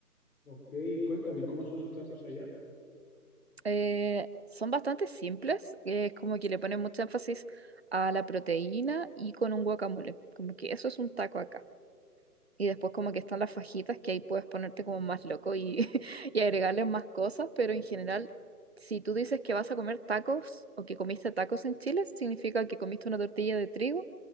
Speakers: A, on the left; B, on the right.
A: ok, y cuéntame, ¿cómo son los tacos allá?
B: Eh, son bastante simples, eh, es como que le ponen mucho énfasis a la proteína y con un guacamole. Como que eso es un taco acá. Y después como que están las fajitas que ahí puedes ponerte como más loco y, <laughs> y agregarle más cosas, pero en general, si tú dices que vas a comer tacos o que comiste tacos en Chile, significa que comiste una tortilla de trigo